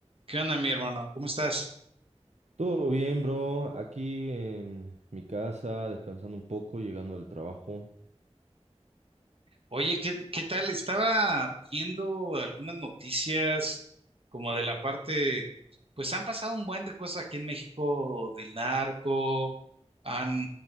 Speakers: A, on the right (about 55°); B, on the right (about 80°).
A: ¿Qué onda, mi hermano? ¿Cómo estás?
B: Todo bien, bro. Aquí en mi casa, descansando un poco, llegando del trabajo.
A: Oye, ¿qué, qué tal? Estaba viendo algunas noticias como de la parte, pues han pasado un buen de cosas aquí en México del narco, han,